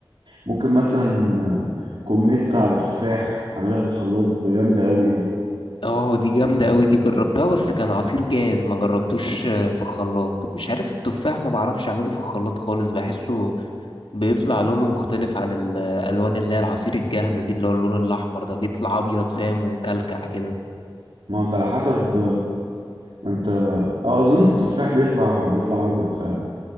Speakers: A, on the right; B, on the left.
A: ممكن مثلا آه، كمثرى على تفاح اعملها في الخلاط بتبقى جامدة قوي دي
B: اه دي جامدة قوي دي جربتها بس كان عصير جاهز ما جربتوش آه، في الخلاط مش عارف التفاح ما بعرفش اعمله في الخلاط خالص بحسه بيطلع لونه مختلف عن الالوان اللي هي العصير الجاهزة دي اللي هو اللون الاحمر ده بيطلع ابيض فاهم ومكلكع كده
A: ما هو انت على حسب ما انت اه اظن التفاح بيطلع بيطلع ابيض فعلا